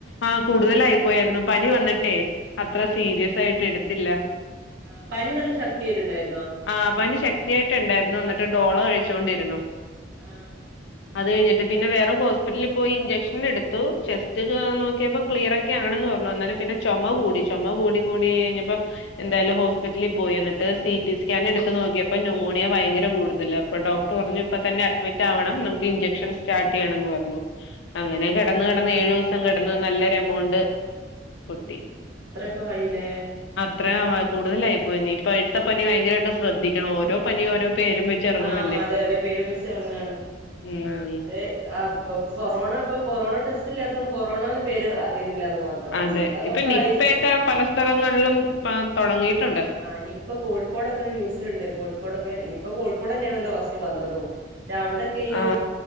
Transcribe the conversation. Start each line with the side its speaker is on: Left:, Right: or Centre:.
Left: ആഹ് കൂടുതലായി പോയാരുന്നു പനി വന്നിട്ടെ അത്ര
Right: ആഹ്
Left: സീരിയസ് ആയിട്ട് എട്- ത്തില്ല
Right: ആഹ് പനി നല്ല ശക്തിയായിട്ടുണ്ടായി-
Left: ആഹ് പനി ശക്തിയായിട്ടിണ്ടായിരുന്നു എന്നിട്ട് ഡോ- ഡോളൊ കഴിച്ചോണ്ടിരുന്നു
Right: ആഹ്
Left: അത് കഴിഞ്ഞിട്ട് പിന്നെ വേറെ ഹോസ്പിറ്റലിൽ പോയി ഇഞ്ചെക്ഷൻ എട്- ത്തു ചെസ്റ്റ്
Right: ഉം
Left: ക നോക്കിയപ്പം ക്ലിയറൊക്കെ ആണെന്ന് പറഞ്ഞു എന്നാലും പിന്നെ ചൊമ കൂടി ചുമ കൂടി കൂടി കഴിഞ്ഞപ്പൊ എന്തായാലും ഹോസ്പിറ്റലിൽ പോയി എന്നിട്ട് സി- ടിസ്കാൻ എടുത്ത് നോക്കിയപ്പൊ ന്യുമോണിയ ഭയങ്കര കൂടുതല അപ്പൊ ഡോക്ടർ പറഞ്ഞു
Right: ഓഹ്
Left: ഇപ്പ തന്നെ അട്- അഡ്മിറ്റ് ആവണം നമുക്ക് ഇൻജെക്ഷൻ സ്റ്റാർട്ട് ചെയ്യണന്ന് പറഞ്ഞു അങ്ങനെ
Right: ആഹ്
Left: കെടന്ന് കെടന്ന് ഏഴു സം കെടന്ന് നല്ലൊരു എമൗണ്ട് പൊട്ടി
Right: അത്രയൊക്കെ ആയിലേ
Left: ത്രേ ആവ- കൂടുതലായിപോയിന്നെ ഇപ്പഴത്ത പനി ഭയങ്കരായിട്ടും ശ്രദ്ധിക്കണം ഓരോ പനി ഓരോ പേരും വെച്ച് ഇറങ്ങുവല്ലേ
Right: ആഹ് അതെ ഓരൊപേരും വെച്ച് ഇറങ്ങാണ്
Left: ഉം
Right: ദെ ആഹ് കൊറോണ ഇപ്പൊ കൊറോണ ടെസ്- ല്ലാത്തോണ്ട് കൊറോണാന്ന് പേര് അറി- ന്നില്ലാന്ന്മാത്രം
Left: അതെ
Right: ചിലപ്പതക്കകാരിക്കും
Left: ഇപ്പൊ നിപ്പയൊക്കെ പല സ്ഥലങ്ങളിലും പ തൊടങ്ങിയിട്ടുണ്ട്
Right: ആഹ് നിപ്പ കോഴിക്കോടെകെന് ന്യൂസിലിണ്ട് കോഴിക്കോടൊക്കെ നിപ്പ കോഴിക്കോടന്ന്യാണല്ലോ വന്നതും രവിടക്കിയി
Left: ആഹ്